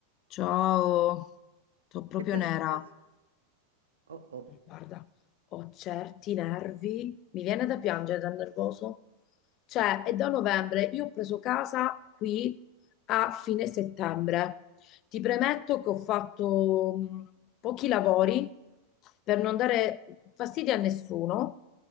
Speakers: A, on the left (about 35°); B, on the right (about 70°).
A: Ciao, sono proprio
B: Che ti
A: nera.
B: è successo? Oh oh,
A: Guarda, ho certi nervi, mi viene da piangere dal nervoso. Cioè, è da novembre, io ho preso casa qui a fine settembre. Ti premetto che ho fatto mh, pochi lavori per non dare fastidio a nessuno